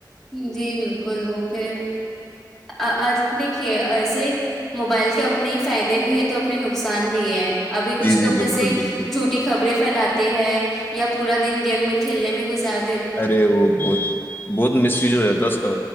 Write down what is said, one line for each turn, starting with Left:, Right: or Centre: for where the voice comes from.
Centre: جی بالکل وہ پھر آ آج دیکھیے ایسے موبائل کے اپنے ہی فائدے بھی تو اپنے نقصان بھی ہے ابھی کچھ
Left: جی
Centre: لوگ
Left: جی
Centre: جیسے
Left: بالکل بالکل
Centre: جھوٹی خبریں پھیلاتے ہیں یا پورا دن گیم میں کھیلنے میں گزارتے
Left: ارے وہ بہت بہت مس یوز ہو تھا اس تو